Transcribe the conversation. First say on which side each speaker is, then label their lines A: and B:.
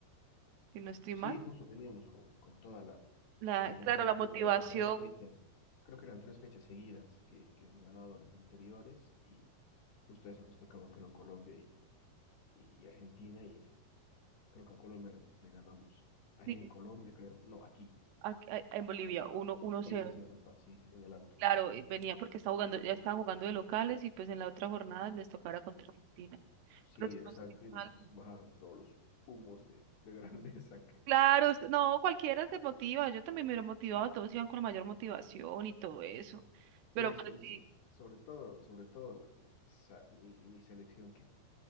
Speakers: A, on the right; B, on the left.
A: Si no estoy
B: sí,
A: mal.
B: justo veníamos con, con toda la,
A: La,
B: la mejor,
A: claro, la
B: creo
A: motivación
B: que eran tres fechas, creo que eran tres fechas seguidas que, que hemos ganado las anteriores y justo esa nos tocaba, creo, Colombia y, y, y Argentina y creo que a Colombia le, le ganamos allá
A: sí,
B: en Colombia, creo, no, aquí,
A: aquí- a-
B: en
A: en
B: La
A: Bolivia,
B: Paz.
A: uno uno 0
B: Sí, sí, sí, en La Paz, sí, sí, en el Alto.
A: Claro, y venían porque estaban jugando, ya estaban jugando de locales y pues en la otra jornada les tocara contra Argentina.
B: Sí,
A: Pero si
B: exacto,
A: no estoy
B: y nos
A: mal,
B: bajaron todos los humos de, de <laughs> grandeza que
A: Claro, usted- no, cualquiera se motiva. Yo también me hubiera motivado, todos iban con la mayor motivación y todo eso. Pero
B: sí, es,
A: pues
B: es-
A: sí,
B: sobre todo, sobre todo la- sa- mi, mi selección que